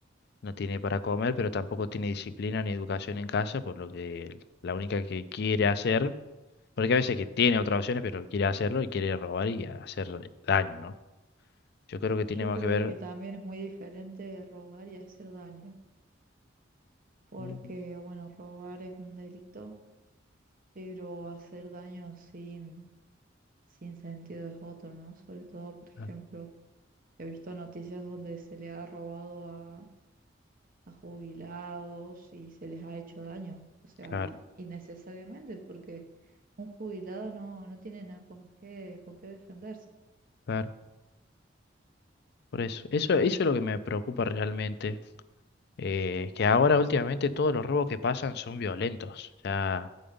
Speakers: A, on the left; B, on the right.
A: no tiene para comer, pero tampoco tiene disciplina ni educación en casa, por lo que la única que quiere hacer, porque a veces que tiene otras opciones, pero quiere hacerlo y quiere robar y hacer daño, ¿no? Yo creo que tiene
B: Yo
A: más
B: creo
A: que ver...
B: que también es muy diferente de robar y hacer daño, porque
A: Mm,
B: bueno, robar es un delito, pero hacer daño sin, sin sentido es otro, ¿no? Sobre todo, por ejemplo,
A: ah,
B: he visto noticias donde se le ha robado a a jubilados y se les ha hecho daño, o sea,
A: Claro,
B: l- innecesariamente, porque un jubilado no, no tiene nada con qué, con qué defenderse.
A: claro. Por eso, eso, eso es lo que me preocupa realmente. eh, que ahora últimamente todos los robos que pasan son violentos. Ya,